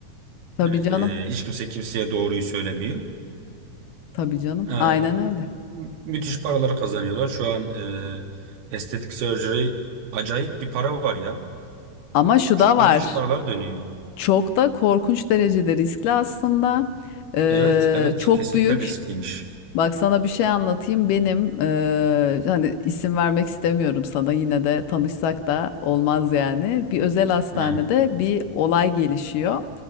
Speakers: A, on the left; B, on the right.
A: Tabii
B: Hani e,
A: canım.
B: hiç kimse kimseye doğruyu söylemiyor.
A: Tabii canım.
B: E,
A: Aynen öyle.
B: mü- müthiş paraları kazanıyorlar. Şu an e, estetik surgery acayip bir para var ya.
A: Ama şu
B: Çok
A: da var.
B: müthiş paralar dönüyor.
A: Çok da korkunç derecede riskli aslında. Ee,
B: Evet, evet,
A: çok
B: kesinlikle
A: büyük.
B: riskliymiş.
A: Bak sana bir şey anlatayım. Benim ee, hani isim vermek istemiyorum sana yine de tanışsak da olmaz yani. Bir özel hastanede
B: Hı,
A: bir olay gelişiyor.